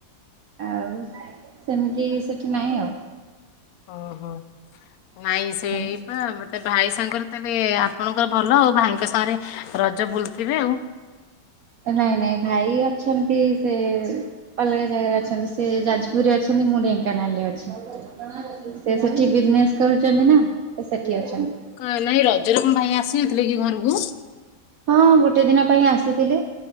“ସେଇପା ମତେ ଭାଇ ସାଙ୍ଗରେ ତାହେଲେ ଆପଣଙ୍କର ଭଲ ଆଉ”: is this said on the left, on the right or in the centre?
Left